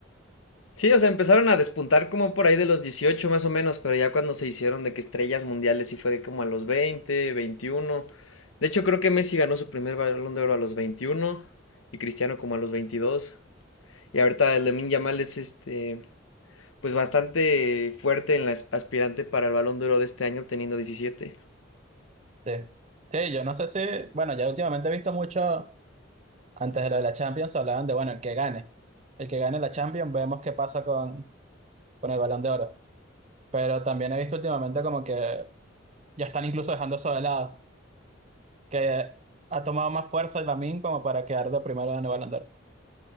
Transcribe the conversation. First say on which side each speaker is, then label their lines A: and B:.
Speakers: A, on the left; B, on the right.
A: Sí, o sea, empezaron a despuntar como por ahí de los 18 más o menos, pero ya cuando se hicieron de que estrellas mundiales sí fue de como a los 20, 21. De hecho, creo que Messi ganó su primer Balón de Oro a los 21 y Cristiano como a los 22. Y ahorita el Lamine Yamal es este, pues bastante fuerte en la as- aspirante para el Balón de Oro de este año teniendo 17.
B: Sí. Sí, yo no sé si, bueno, ya últimamente he visto mucho, antes de lo de la Champions hablaban de, bueno, el que gane. El que gane la Champions, vemos qué pasa con, con el Balón de Oro. Pero también he visto últimamente como que ya están incluso dejando eso de lado, que ha tomado más fuerza el Lamine como para quedar de primero en el Balón de Oro.